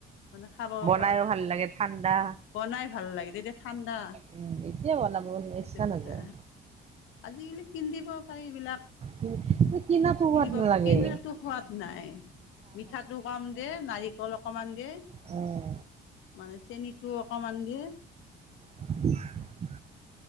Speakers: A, on the left; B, on the right.
A: মানে খাবও
B: বনাইও
A: ভাল,
B: লাগে ঠাণ্ডা
A: বনাই ভাল লাগে এতিয়া ঠাণ্ডা
B: উম, এতিয়া বনাব
A: এইটো
B: ইচ্ছা
A: পিঠা
B: নাযায়।
A: আজিকালি পিন্ধিব পাই এইবিলাক।
B: কিন্তু কিনাটো
A: কিনিব
B: সোৱাদ নালাগে
A: কিনাটো সোৱাদ নাই, মিঠাটো কম দে নাৰিকল অকমান দে।
B: উম
A: মানে চেনীটো অকমান দে।
B: <unintelligible>